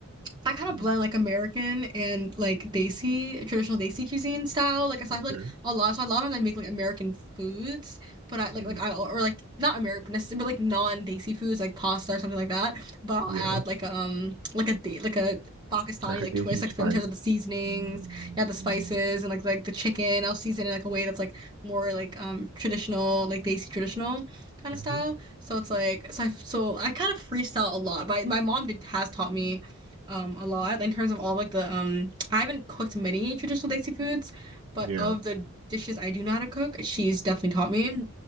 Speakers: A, on the right (about 20°); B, on the right (about 75°).
A: I kind of
B: Mm,
A: blend like American and like Desi, traditional Desi cuisine style. Like so
B: okay.
A: I feel like a lot, so a lot of times I make like American foods, but I like
B: Mm,
A: like I or like not American necessarily, but like non-Desi foods like pasta or something like that. But I'll
B: yeah.
A: add like um like a date like a Pakistani
B: Like a
A: like
B: Daisy
A: twist like
B: spice.
A: in terms of the seasonings,
B: Mm,
A: yeah, the spices
B: mm,
A: and like like the chicken. I'll season it like a way that's like more like um traditional like Desi traditional kind of
B: mm-hmm.
A: style. So it's like so I so I kind of freestyle a lot. My my mom did has taught me um a lot in terms of all like the um I haven't cooked many traditional Desi foods, but
B: Yeah.
A: of the dishes I do know how to cook, she's definitely taught me.